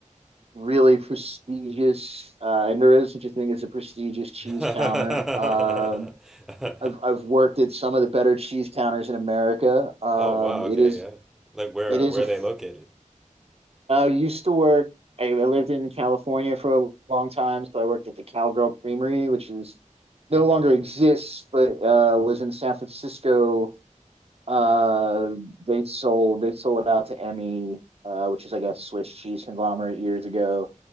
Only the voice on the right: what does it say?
really prestigious, uh, and there is such a thing as a prestigious cheese
counter. Um, I've I've worked at some of the better cheese counters in America. Um,
it
is
it is
a. I
used to work. I, I lived in California for a long time, so I worked at the Cowgirl Creamery, which is no
longer exists, but uh, was in San Francisco. Uh, they sold they sold it out to Emmy, uh, which is like a Swiss cheese conglomerate years ago.